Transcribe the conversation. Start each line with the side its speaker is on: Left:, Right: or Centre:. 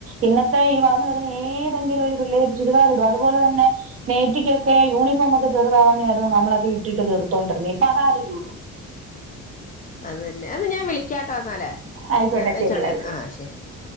Right: ഇന്നത്തെ ഈ വളർന്ന് വരുന്ന ഏതെങ്കിലും ഒരു പിള്ളേര് ഒരു ചുരിദാറ് ഇടുവോ അതുപോലെ തന്നെ നേറ്റിക്കൊക്കെ യൂണിഫോമൊക്കെ ചെറ്താകുന്നയായിരുന്നു നമ്മളൊക്കെ ഇട്ടിട്ട് തീർത്തോണ്ടിരുന്നെ ഇപ്പോ അതാരേലും ഇടുവോ
Left: അത് തന്നെ അന്നാ ഞാൻ വിളിക്കാട്ടോ എന്നാല്
Right: ആയിക്കോട്ടെ
Left: ഞാൻ വെച്ചോട്ടെ
Right: ശരി ആയിക്കോട്ടെ
Left: എന്നാ ആഹ് ശരിയെന്നാ.